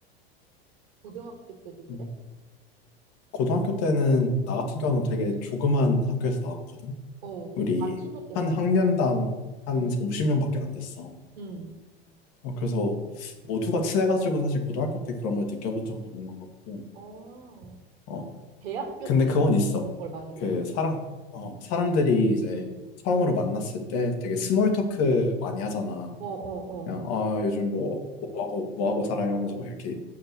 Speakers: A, on the right; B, on the left.
A: 고등학교 때도 그래?
B: 음. 고등학교 때는, 나 같은 경우는 되게 조그만 학교에서 나왔거든.
A: 어, 그럼
B: 우리
A: 다 친했겠네?
B: 한 학년당 한
A: 어.
B: 50명밖에 안 됐어.
A: 음.
B: 어, 그래서 모두가 친해가지고 사실 고등학교 때 그런 걸 느껴본 적은 없는 것 같고.
A: 어,
B: 어,
A: 대학교
B: 근데
A: 때
B: 그건 있어.
A: 그런 걸 많이 느꼈고.
B: 그 사람, 어, 사람들이 이제
A: 응.
B: 처음으로 만났을 때 되게 스몰
A: 응.
B: 토크 많이 하잖아.
A: 어, 어,
B: 그냥
A: 어.
B: 아 요즘 뭐 뭐하고 뭐하고 살아요 하면서 막 이렇게